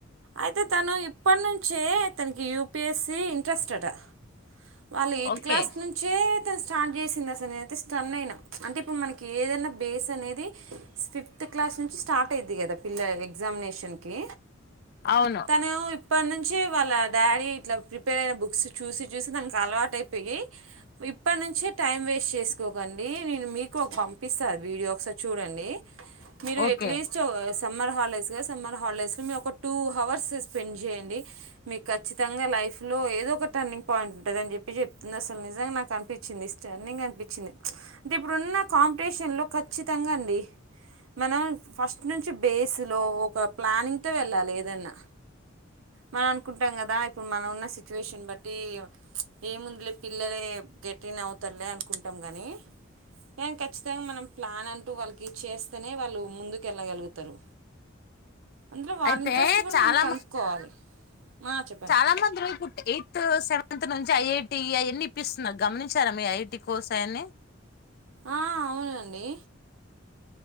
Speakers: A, on the right; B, on the left.
A: అయితే తను ఇప్పటినుంచే తనకి యూ పీ ఎస్సి ఇంట్రెస్టట వాళ్ళు ఎయిత్
B: ఓకే
A: క్లాస్ నుంచే స్టార్ట్ చేసిందిసలు నేైతే స్టన్ అయినా అంటే ఇప్పుడు మనకి ఏదైనా బేస్ అనేది ఫిఫ్త్ క్లాస్ నుంచి స్టార్ట్ అయిద్ది కదా పిల్ల ఎగ్జామినేషన్కి
B: అవును
A: తనే ఇప్పటి నుంచి వాళ్ళ డాడీ ఇట్లా ప్రిపేర్ అయిన బుక్స్ చూసి చూసి దానికి అలవాట అయిపోయి ఇప్పటి నుంచే టైం వేస్ట్ చేసుకోకండి నేను మీకు ఒక పంపిస్తాను వీడియో ఒకసారి చూడండి మీరు
B: ఓకే
A: ఎట్లీస్ట్ సమ్మర్ హాలిడేస్గా సమ్మర్ హాలిడేస్లో మీరు ఒక టూ హవర్స్ స్పెండ్ చేయండి మీకు ఖచ్చితంగా లైఫ్లో ఏదో ఒక టర్నింగ్ పాయింట్ ఉంటుంద అని చెప్పి చెప్తుంది అసలు నిజంగా నాకు అనిపించింది స్టన్నింగ్ అనిపించింది అంటే ఇప్పుడున్న కాంపిటీషన్లో ఖచ్చితంగా అండి మనం ఫస్ట్ నుంచి బేస్లో ఒక ప్లానింగ్తో వెళ్ళాలి ఏదన్నా మనం అనుకుంటాం కదా ఇప్పుడు మనం ఉన్న సిచ్యువేషన్ బట్టి ఏముందిలే పిల్లలే గట్టిగనే అవుతారులే అనుకుంటాం గానీ కానీ ఖచ్చితంగా మనం ప్లాన్ అంటూ వాళ్ళకి చేస్తేనే వాళ్ళు ముందుకు వెళ్ళగలుగుతారు అందులో వాళ్ళ
B: అయితే
A: ఇంట్రెస్ట్ కూడా
B: చాలా
A: మనం కనుక్కోవాలి ఆ చెప్పండి
B: చాలా మంది రోయి ఎయిత్ సెవె అంత నుంచి ఐ ఐ టీ అవీ ఇప్పిస్తున్నారు గమనించారా మీ ఐ ఐ టి కోర్స్ అయన్ని
A: ఆ అవునండి